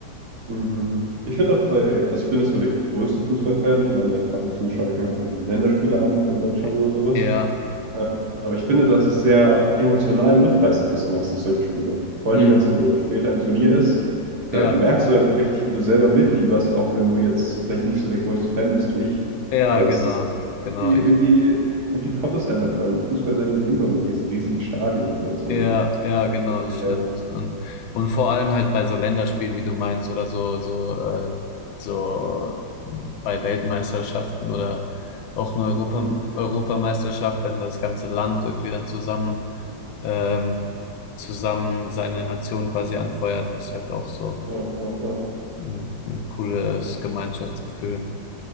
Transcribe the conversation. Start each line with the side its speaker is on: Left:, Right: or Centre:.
Right: mhm. mhm, mhm. Ich finde auch bei, also ich bin nicht so der größte Fußballfan. Ich meine, ab und zu schaue ich mir halt mal die Länderspiele an von Deutschland
Left: äh,
Right: oder sowas.
Left: Ja.
Right: Ähm, aber ich finde, dass es sehr emotional mitreißend ist, meistens solche Spiele. Vor allem,
Left: Hm.
Right: wenn es dann so später im Turnier ist,
Left: Ja.
Right: da merkst du einfach richtig, wie du selber mitfieberst, auch wenn du jetzt vielleicht nicht so der größte Fan bist wie ich.
Left: Ja,
Right: Aber
Left: genau.
Right: es ist
Left: Genau.
Right: irgendwie,
Left: Ich,
Right: irgendwie, irgendwie kommt das einfach beim Fußball sehr gut rüber mit diesem riesigen Stadion und sowas, finde
Left: Ja,
Right: ich.
Left: ja, genau,
Right: Sehr viel
Left: das stimmt.
Right: her.
Left: Und, und vor allem halt bei so Länderspielen, wie du meinst, oder so, so, äh, so bei Weltmeisterschaften oder auch eine Europa
Right: Mhm.
Left: Europameisterschaft, wenn das ganze Land irgendwie dann zusammen, ähm, zusammen seine Nation quasi anfeuert, das ist halt auch so
Right: Ja, ja, ja.
Left: ein, ein cooles Gemeinschaftsgefühl.